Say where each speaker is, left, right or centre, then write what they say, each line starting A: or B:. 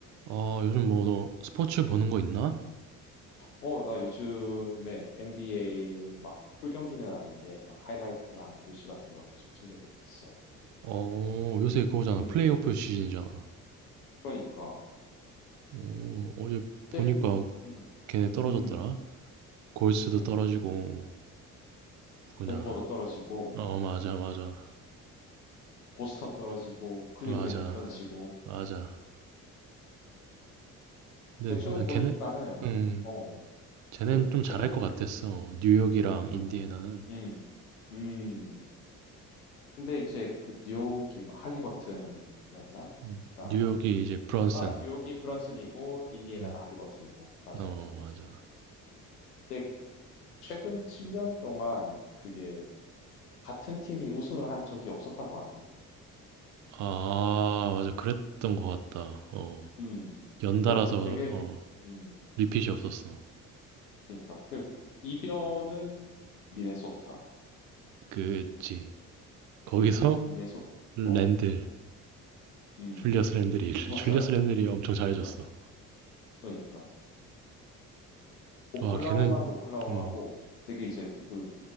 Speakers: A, on the right (about 45°); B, on the left (about 85°).
A: 아, 요즘 뭐 너 스포츠
B: 음.
A: 보는 거 있나?
B: 어, 나 요즘에 NBA를 막 풀 경기는 아닌데 막 하이라이트랑 뉴스 같은 거 계속 챙겨보고 있어.
A: 어, 요새 그거잖아.
B: 음.
A: 플레이오프 시즌이잖아.
B: 그러니까
A: 어, 어제 보니까
B: 근데 음.
A: 걔네 떨어졌더라.
B: 음.
A: 골스도
B: 이게
A: 떨어지고 뭐냐.
B: 덴버도 떨어지고
A: 어, 맞아, 맞아.
B: 보스턴 떨어지고 클리브랜드
A: 맞아,
B: 떨어지고
A: 맞아.
B: 어.
A: 근데
B: 근데 최근
A: 난
B: 보니까는
A: 걔네, 음,
B: 어.
A: 쟤넨
B: 그
A: 좀
B: 최근
A: 잘할 것 같았어. 뉴욕이랑 인디애나는.
B: 누구? 음. 음. 근데 이제 그 뉴욕이 막 할리버튼이었나?
A: 음,
B: 그다음에
A: 뉴욕이 이제 브런슨.
B: 아, 뉴욕이 브런슨이고 인디애나가
A: 음,
B: 할리버튼이고 맞아.
A: 어, 맞아.
B: 근데 최근 7년 동안 그게 같은 팀이 우승을 한 적이 없었다고 하네.
A: 아, 맞아. 그랬던 것 같다. 어,
B: 음,
A: 연달아서
B: 그 되게,
A: 어,
B: 음,
A: 리핏이 없었어.
B: 그러니까 그 이변은 미네소타.
A: 그지. 거기서
B: 음, 미네소타.
A: 랜들,
B: 어, 음,
A: 줄리어스 랜들이, <laughs>
B: 맞아.
A: 줄리어스 랜들이
B: 음,
A: 엄청 잘해줬어.
B: 그러니까, 그러니까 오클라호마도
A: 와, 걔는,
B: 오클라호마고
A: 음,
B: 되게 이제 그